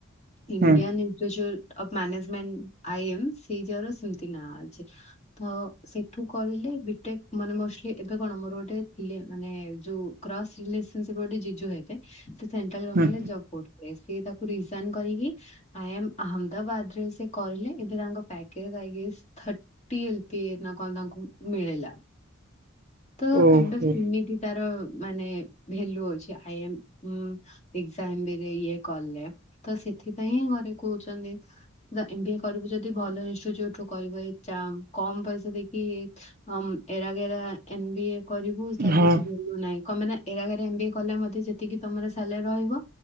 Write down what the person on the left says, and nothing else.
Indian
institute of management I M C G year ସେମତି ନାଁ ଅଛି। ଫ ସେଠୁ କରିଲେ ବିଟେକ୍। ମାନେ ମଷ୍ଟ ଲି ଏବେ କଣ ମୋର ଗୋଟେ ଥିଲେ ମାନେ ଯୋଉ କ୍ରସ୍ ରିଲେସନ୍ ସିପ୍ ଗୋଟେ ଜିଜୁ ହେବେ। ସେ ସେଣ୍ଟ୍ରାଲ ଗମେଣ୍ଟ
ରେ ଜବ୍ କରୁଥିଲେ ସିଏ ତାକୁ ରିଜାଇନ୍ କରିକି। ଆଇ ଆମ୍ ଅହମଦାବାଦରେ ସେ କରିଲେ ଏବେ ତାଙ୍କ package I guess that T L PA ନା କଣ ତାଙ୍କୁ ମିଳିଲା। ତ
କାଇଣ୍ଡ ଅପ୍ ସିମିତି ତାର ମାନେ ଭେଲୁ ଅଛି ଆଇ ଆମ୍ ଉମ୍ ଏଜାଆଇମ୍ ବିରେ ଇଏ କଲେ ତ ସେଥିପାଇଁ ଘରେ କହୁଛନ୍ତି। ଯା ଏମ୍ ବି ଏ କରିବୁ ଯଦି ଭଲ ଇନ୍‌ଷ୍ଟିଟ୍ୟୁଟ୍ ରୁ କରିବୁ ଏଇ ଚାମ୍ କମ ପଇସା ଦେଇକି। ହଁମ୍ ଏରା ଗେରା ଏମ୍ ବି ଏ କରିବୁ ତାର
କିଛି ଭେ ଏଲୁ ନାଇ କମିନା ଏରା ଗେରା ଏମ୍ ବି ଏ କଲେ ମଧ୍ୟ, ଯେତିକି ତମର ସାଲାରି ରହିବ